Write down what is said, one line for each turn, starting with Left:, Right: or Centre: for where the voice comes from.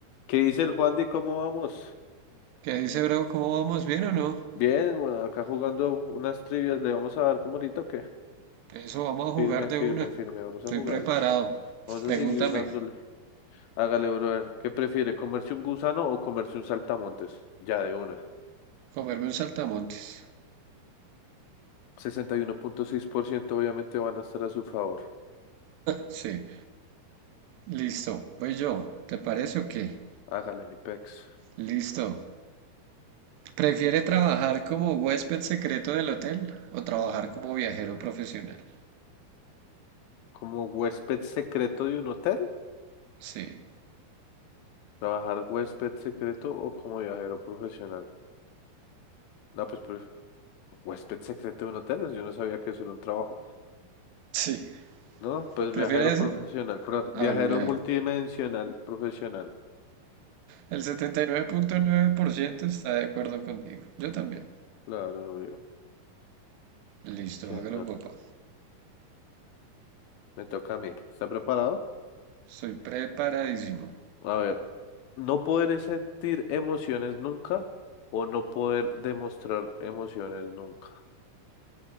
Left: ¿Qué dice el Juan de cómo vamos?
Right: ¿Qué dice, bro? ¿Cómo vamos? ¿Bien o no?
Left: Bien, bueno, acá jugando unas trivias, ¿le vamos a dar como ahorita o qué?
Right: Eso, vamos a jugar
Left: Firme,
Right: de
Left: firme,
Right: una.
Left: firme, vamos
Right: Estoy
Left: a jugarle.
Right: preparado.
Left: Vamos a
Right: Pregúntame.
Left: seguir dándole. Hágale, brother. ¿Qué prefiere, comerse un gusano o comerse un saltamontes? Ya de una.
Right: Comerme un saltamontes.
Left: sesenta y uno punto seis por ciento obviamente van a estar a su favor.
Right: Sí. Listo. Voy yo. ¿Te parece o qué?
Left: Hágale, mi pex.
Right: Listo. ¿Prefiere trabajar como huésped secreto del hotel o trabajar como viajero profesional?
Left: ¿Como huésped secreto de un hotel?
Right: Sí.
Left: ¿Trabajar huésped secreto o como viajero profesional? No, pues, pref- huésped secreto de un hotel, yo no sabía que eso era un trabajo.
Right: Sí.
Left: No, pues
Right: ¿Prefiere
Left: viajero
Right: ese?
Left: profesional, prof- viajero
Right: Ah, bueno, mire.
Left: multidimensional profesional.
Right: El setenta y nueve punto nueve por ciento está de acuerdo contigo. Yo también.
Left: Claro, obvio.
Right: Listo,
Left: ¿Quién
Right: hágalo,
Left: no?
Right: papá.
Left: Me toca a mí. ¿Está preparado?
Right: Soy preparadísimo.
Left: A ver, no poder sentir emociones nunca o no poder demostrar emociones nunca.